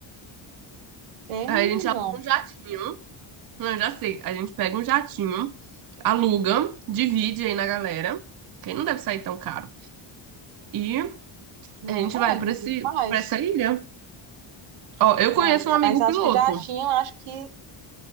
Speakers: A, on the right; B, on the right.
A: é menino.
B: Aí a gente aluga um jatinho. Não, eu já sei. A gente pega um jatinho, aluga, divide aí na galera, Quem não deve sair tão caro. E
A: Verdade,
B: a gente vai pra esse,
A: faz.
B: para essa ilha. Ó, eu conheço
A: É, amiga,
B: um amigo
A: mas acho
B: piloto.
A: que já tinham, acho que